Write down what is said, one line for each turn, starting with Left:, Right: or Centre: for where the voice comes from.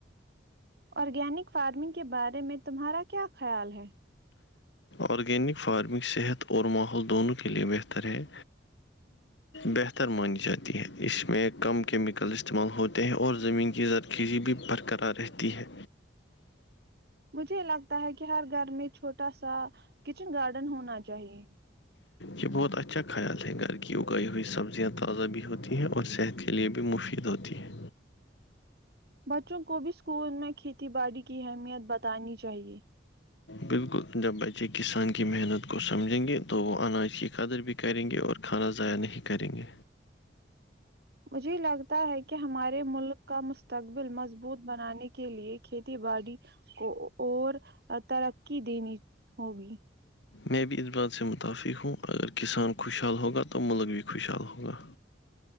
Right: آرگینک فارمنگ کے بارے میں تمہارا کیا خیال ہے
Left: آرگینک فارمنگ صحت اور ماحول دونوں کے لیئے بہتر ہے بہتر مانی جاتی ہے اس میں کم کیمیکل استعمال ہو اور زمین کی زرخیزی بھی برقرار رہتی ہے
Right: مجھے لگتا ہے کہ ہر گھر میں چھوٹا سا کچن گارڈن ہونا چاہیے
Left: یہ بہت اچھا خیال ہے گھر کی اگائی ہوئی سبزیاں تازہ بھی ہوتی ہیں اور صحت کے لیے بھی مفید ہوتی ہے
Right: بچوں کو بھی اسکول میں کھیتی باڑی کی اہمیت بتانی چاہیے
Left: بالکل جب بچے کسان کی محنت کو سمجھیں گے تو وہ اناج کی قدر بھی کریں گے اور کھانا ضائع نہیں کریں گے
Right: مجھے ہی لگتا ہے کہ ہمارے ملک کا مستقبل مضبوط بنانے کے لیے کھیتی باڑی کو اور ترقی دنی ہوگی
Left: میں بھی اس بات سے متافق ہوں اگر کسان خوشحال ہوگا تو ملک بھی خوشحال ہوگا